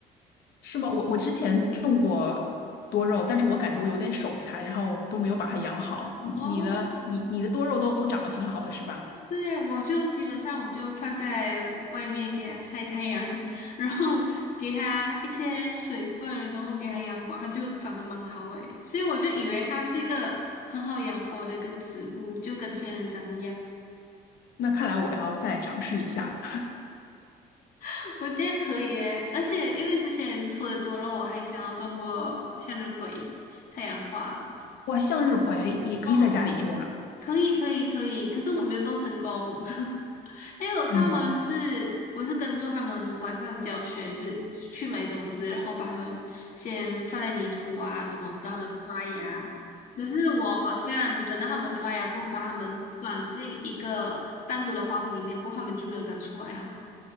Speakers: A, on the left; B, on the left.
A: 是吗？我我之前种过多肉，但是我感觉我有点手残，然后都没有把它养好。
B: <laughs>
A: 你你的你你的多肉都长得挺好的，
B: 哦，
A: 是吧？
B: 对，我就基本上我就放在外面给它晒太阳，<laughs> 然后给它一些水分，然后给它阳光，它就长得蛮好诶。所以我就以为它是一个很好养活的一个植物，就跟仙人掌一样。
A: 那看来我要再尝试一下。
B: <laughs> 我觉得可以诶，而且因为之前土的多肉，我还想要种过向日葵、太阳花。
A: <laughs> 哇，向日葵也可以在家里种啊。
B: 哦，可以，可以，可以，可是我没有种成功，<laughs> 因为我看他们是，
A: 嗯。
B: 我是跟住他们晚上的教学，就是去买种子，然后把它们先放在泥土啊什么，让它们发芽。只是我好像等到它们发芽过后，把它们转进一个单独的花盆里面过后，它们就没有长出来哦。